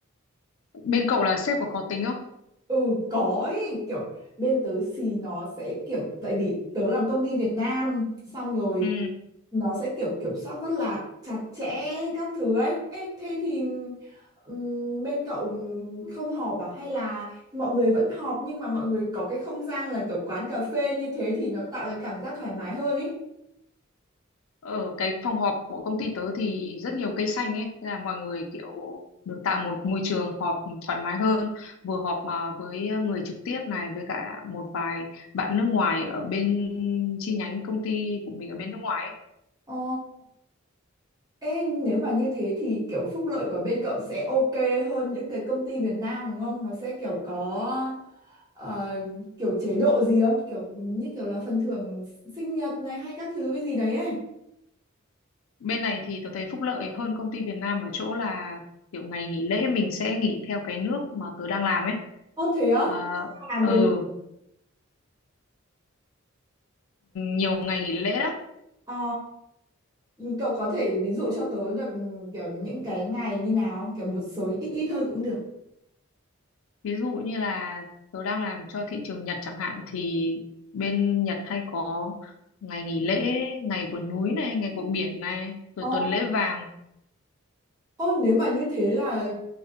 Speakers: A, on the left (about 70°); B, on the right (about 20°).
A: Bên cậu là sếp có khó tính không?
B: Ừ, có ý, kiểu bên tớ thì nó sẽ kiểu, tại vì tớ làm công ty Việt Nam, xong rồi
A: Ừ,
B: nó sẽ kiểu kiểm soát rất là chặt chẽ các thứ ấy. Ê, thế thì ừm, bên cậu không họp à hay là mọi người vẫn họp nhưng mà mọi người có cái không gian là kiểu quán cà phê như thế thì nó tạo cái cảm giác thoải mái hơn ý.
A: ở cái phòng họp của công ty tớ thì rất nhiều cây xanh ấy, nên là mọi người kiểu được tạo một môi trường họp thoải mái hơn, vừa họp mà với ờ, người trực tiếp này với cả một vài bạn nước ngoài ở bên chi nhánh công ty của mình ở bên nước ngoài ấy.
B: Ồ, ê nếu mà như thế thì kiểu phúc lợi của bên cậu sẽ ok hơn những cái công ty Việt Nam đúng không? Nó sẽ kiểu có ờ, kiểu chế độ gì không? Kiểu như kiểu là phần thưởng sinh nhật này hay các thứ với gì đấy ấy.
A: Bên này thì tớ thấy phúc lợi hơn công ty Việt Nam ở chỗ là kiểu ngày nghỉ lễ mình sẽ nghỉ theo cái nước mà tớ đang làm ấy.
B: Ô thế á?
A: À,
B: Làm
A: ừ,
B: bên
A: nhiều ngày nghỉ lễ lắm
B: Ờ, cậu có thể ví dụ cho tớ được kiểu những cái ngày như nào không? Kiểu một số ít ít thôi cũng được.
A: Ví dụ như là tớ đang làm cho thị trường Nhật chẳng hạn thì bên Nhật hay có ngày nghỉ lễ, ngày của núi này, ngày của biển này, rồi
B: Ồ,
A: tuần lễ vàng.
B: ô, nếu mà như thế là